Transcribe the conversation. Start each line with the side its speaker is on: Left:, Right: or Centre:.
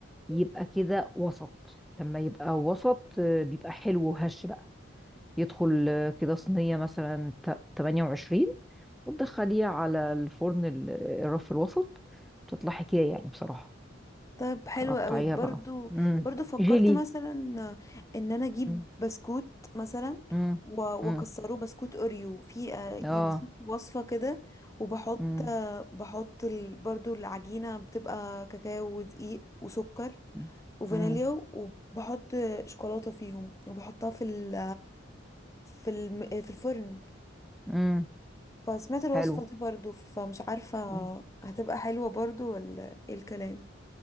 Centre: يبقى كده وسط لما يبقى وسط آه، بيبقى حلو وهش بقى يدخل آه، كده صينية مثلا ت- 28 وتدخليها على الفرن ال- الرف الوسط تطلع حكاية يعني بصراحة
Left: طيب حلوة
Centre: قطعيها
Left: قوي برضو
Centre: بقى مم.
Left: برضو فكرت
Centre: جيلي
Left: مثلا ان انا اجيب
Centre: مم.
Left: بسكوت مثلا
Centre: مم.
Left: و- واكسره
Centre: مم.
Left: بسكوت اوريو في آه،
Centre: اه
Left: يعني في وصفه كده وبحط
Centre: مم.
Left: آه، بحط ال- برضو العجينه بتبقى كاكاو ودقيق وسكر
Centre: مم.
Left: وفانيليا
Centre: مم.
Left: وبحط شوكولاتة فيهم وبحطها في ال في الم... في الفرن
Centre: مم.
Left: فسمعت الوصفة
Centre: حلو
Left: دي برضو فمش عارفة
Centre: مم.
Left: هتبقى حلوة برضو ولا ايه الكلام